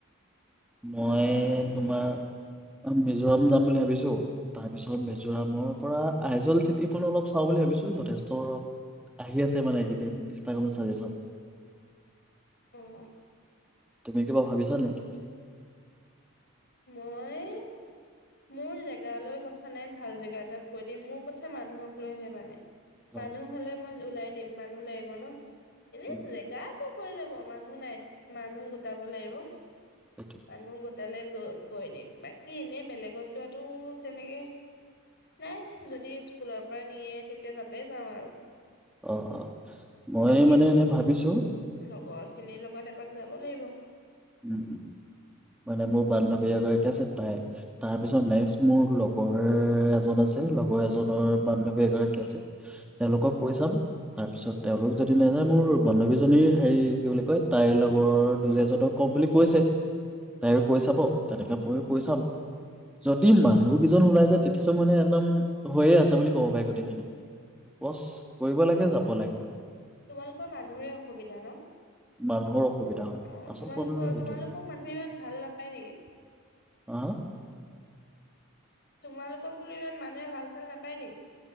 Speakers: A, in the centre; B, on the left (about 50°).
A: মই তোমাৰ মিজোৰাম যাম বুলি ভাবিছো তাৰপিছত মিজোৰামৰ পৰা আইজল চিটিখন অলপ চাওঁ বুলি ভাবিছো যথেষ্ট। ত আহি আছে মানে এইকেইদিন ইনষ্টাগ্ৰামতাজেন
B: অঁ
A: তুমি কিবা ভাবিছা নেকি।
B: মই মোৰ জেগালৈ কথা নাই ভাল জেগা এটাত কৈ দিম মোৰ কথা মানুহক লৈহে মানে
A: অ
B: মানুহ হ'লে মই ওলাই দিম মানুহ লাগিব ন এনেই
A: উম
B: জেগা তো হৈ যাব মানুহ নাই মানুহ গোটাব লাগিব
A: সেইটোৱে
B: মানু্হ তালৈ গ কৈ দিম বাকী এনেই বেলেগত যোৱাতটো তেনেকে নাই যদি স্কুলৰ পৰা নিয়ে তেতিয়া তাতে যাওঁ আৰু
A: অ অ মই
B: বাকী
A: মানে এনে ভাবিছো
B: লগৰ খিনিৰ লগত এপাক যাব লাগিব
A: উ উম মানে মোৰ বান্ধৱী এগৰাকী আছে তাই তাৰ পিছত নেক্সট মোৰ লগৰ এজন আছে লগৰ এজন ৰ বান্ধৱী এগৰাকী আছে তেওঁলোকক কৈ চাম তাৰপিছত তেওঁলোক যদি নাযায় মোৰ বান্ধৱীজনীৰ হেৰি কি বুলি কয় তাইৰ লগত দুলিয়াজানত কম বুলি কৈছে তায়ো কৈ চাব তেনেকে মইয়ো কৈ চাম যদি মানুহ কেইজন ওলাই যায় তেতিয়াতো মানে একদম হৈয়ে আছে বুলি। ক পাই গোটেইখিনি বছ কৰিব লাগে যাব লাগে আৰু
B: তোমালোকৰ মানুহৰে অসুবিধা ন
A: মানুহৰ অসুবিধা হয়
B: অ
A: আচল
B: তোমালোকৰ
A: প্ৰব্লেমটো
B: তোমালোকক
A: সেইটোৱে
B: মানুহে ইমান ভাল নাপায় নেকি?
A: হা হা
B: তোমালোকক বোলে ইমান মানুহে ভাল চাল নাপায় নেকি?